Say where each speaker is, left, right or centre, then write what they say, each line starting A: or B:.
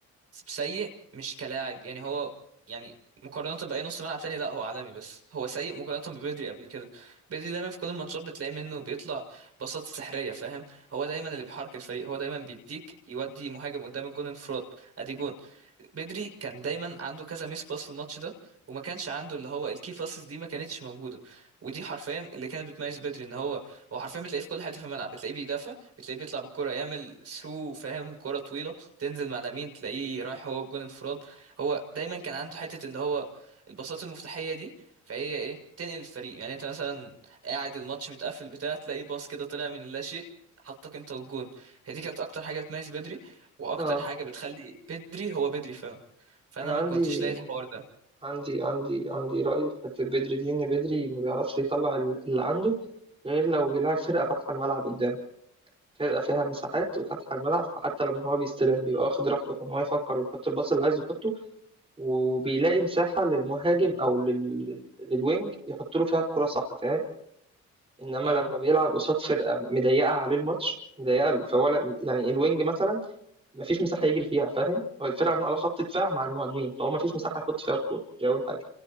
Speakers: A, on the right; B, on the right.
A: سيء مش كلاعب يعني هو يعني مقارنة بأي نص ملعب تاني لا هو عالمي بس هو سيء مقارنة ببدري قبل كده بدري دايما في كل الماتشات بتلاقي منه بيطلع باصات سحرية فاهم هو دايما اللي بيحرك الفريق هو دايما بيديك يودي مهاجم قدام الجون انفراد ادي جون بدري كان دايما عنده كذا ميس باس في الماتش ده وما كانش عنده اللي هو الكي باسز دي ما كانتش موجودة ودي حرفيا اللي كانت بتميز بدري ان هو هو حرفيا بتلاقيه في كل حتة في الملعب بتلاقيه بيدافع بتلاقيه بيطلع بالكرة يعمل ثرو فاهم كرة طويلة تنزل مع لامين تلاقيه رايح هو الجون انفراد هو دايما كان عنده حته اللي هو الباصات المفتاحيه دي فهي ايه تنقل الفريق يعني انت مثلا قاعد الماتش متقفل بتاع تلاقي باص كده طلع من اللا شيء حطك انت والجون هي دي كانت اكتر حاجه بتميز بدري واكتر
B: اه
A: حاجه بتخلي بدري هو بدري فعلا فانا
B: أنا
A: ما
B: عندي
A: كنتش لاقي الحوار ده
B: عندي عندي عندي رأي في بدري دين بدري ما بيعرفش يطلع ال- اللي عنده غير لو بيلعب فرقة فاتحة الملعب قدام فرقة فيها مساحات وفاتحة الملعب فحتى لما هو بيستلم بيبقى واخد راحته في إن هو يفكر ويحط الباص اللي عايز يحطه وبيلاقي مساحة للمهاجم أو لل... للوينج يحط له فيها الكرة صح فاهم إنما
A: اه
B: لما بيلعب قصاد فرقة مضيقة عليه الماتش مضيقة فهو لا- يعني الوينج مثلا مفيش مساحه يجري فيها فاهم هو الفرقه على خط دفاع مع المهاجمين فهو مفيش مساحه يحط فيها الكوره دي اول حاجه